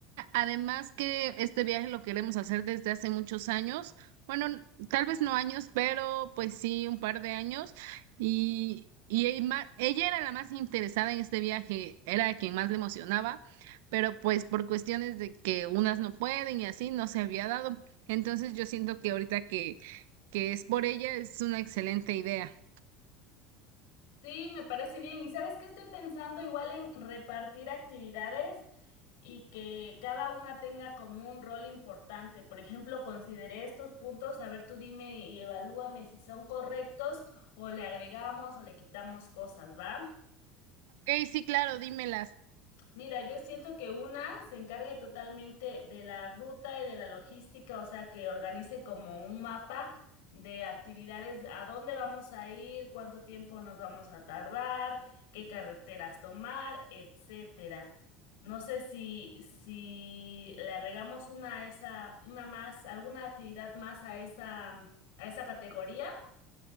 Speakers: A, on the right; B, on the left.
A: Además que este viaje lo queremos hacer desde hace muchos años. Bueno, tal vez no años, pero pues sí, un par de años. Y, y el ma- ella era la más interesada en este viaje, era quien más le emocionaba, pero pues por cuestiones de que unas no pueden y así no se había dado. Entonces yo siento que ahorita que, que es por ella es una excelente idea.
B: Sí, me parece bien. ¿Y sabes qué estoy pensando? Igual en repartir actividades y que cada una tenga como un rol importante. Por ejemplo, consideré estos puntos. A ver, tú dime y evalúame si son correctos o le agregamos o le quitamos cosas, ¿va?
A: Ok, sí, claro, dímelas.
B: Mira, yo siento que una se encargue totalmente de la ruta y de la logística, o sea, que organice como un mapa de actividades, a dónde vamos a ir, cuánto tiempo nos vamos a tardar, qué carreteras tomar, etcétera. No sé si, si le agregamos una a esa, una más, alguna actividad más a esa, a esa categoría.